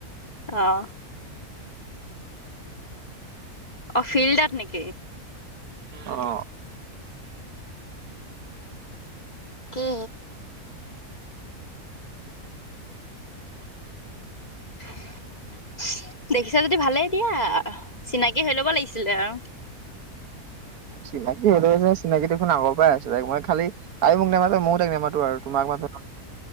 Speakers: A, on the left; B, on the right.
A: অঁ অ ফিল্ডত নেকি?
B: অ
A: কে <inaudible> দেখিছা যদি ভালেই দিয়া‌ চিনাকি হৈ ল'ব লাগি আছিলে আৰু
B: চিনাকি হ'লেও জাষ্ট চিনাকি দেখোন আগৰ পৰাই আছিল মই খালি তাইও মোক নামাতে মইও তাইক নামাতো আৰু তোমাৰ